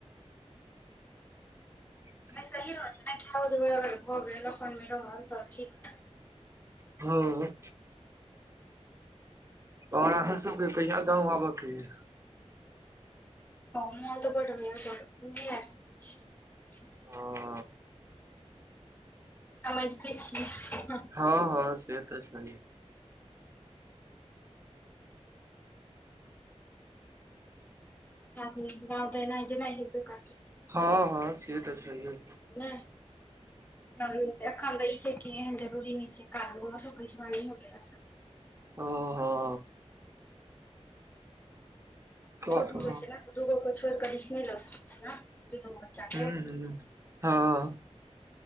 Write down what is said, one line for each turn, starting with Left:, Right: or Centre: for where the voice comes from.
Right: ह <inaudible>
Left: नहि सही रह छै ने खाव धब अगर भऽ गेल अपन मे रहल तऽ ठीक।
Right: हँ आओर अहाँ सबके कहिया गाँंव आबऽ कऽ य
Left: ओ मोन तऽ बढ़ <unintelligible>
Right: ओ <inaudible>
Left: समझते छियै।
Right: हँ हँ से तऽ छय
Left: ती गतै नहि जेे नहि ह प्रकार <inaudible>
Right: हँ हँ से तऽ छैहै
Left: नहि च अखन तऽ ई छै कि एहन जरूरी नहि छै कार ओकै छै हो गेलैस।
Right: हं हं हँ
Left: दुगो छै ने त दू गो छोर क रिक्श नहि ल स्काई छी ने दु दु गो बच्चाके
Right: हँ हँ